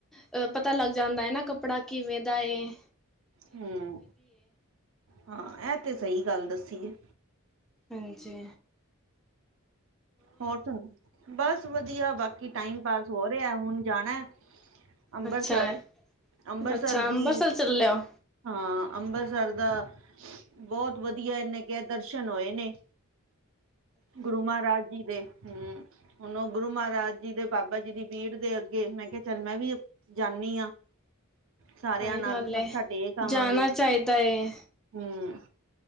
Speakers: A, in the centre; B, on the right.
A: ਅ ਪਤਾ ਲੱਗ ਜਾਂਦਾ ਹੈ ਨਾ ਕੱਪੜਾ ਕਿਵੇਂ ਦਾ ਇਹ
B: ਹਮ ਹਾਂ ਇਹ ਤੇ ਸਹੀ ਗੱਲ ਦੱਸੀ ਹੈ।
A: ਹਾਂਜੀ
B: ਹੋਰ ਸੁਣਾਓ ਬਸ ਵਧੀਆ। ਬਾਕੀ ਟਾਈਮ ਪਾਸ ਹੋ ਰਿਹਾ ਹੁਣ ਜਾਣਾ ਅੰਬਰਸਰ।
A: ਅੱਛਾ ਹੈ।
B: ਅੰਬਰਸਰ
A: ਅੱਛਾ
B: ਦੀ
A: ਅੰਬਰਸਰ ਚੱਲੇ ਹੋ
B: ਹਾਂ ਅੰਮ੍ਰਿਤਸਰ ਦਾ ਬਹੁਤ ਵਧੀਆ ਇਹਨੇ ਕਿਹਾ ਦਰਸ਼ਨ ਹੋਏ ਨੇ। ਗੁਰੂ ਮਹਾਰਾਜ ਜੀ ਦੇ ਹਮ। ਹੁਣ ਉਹ ਗੁਰੂ ਮਹਾਰਾਜ ਜੀ ਦੇ ਬਾਬਾ ਜੀ ਦੀ ਬੀੜ ਦੇ ਅੱਗੇ ਮੈਂ ਕਿਹਾ ਚੱਲ ਮੈਂ ਵੀ ਜਾਂਦੀ ਹਾਂ ਸਾਰਿਆਂ
A: ਸਹੀ
B: ਨਾਲ
A: ਗੱਲ
B: ਮੱਥਾ
A: ਏ
B: ਟੇਕ ਆਵਾਂਗੇ।
A: ਜਾਣਾ ਚਾਹੀਦਾ ਏ
B: ਹਮ।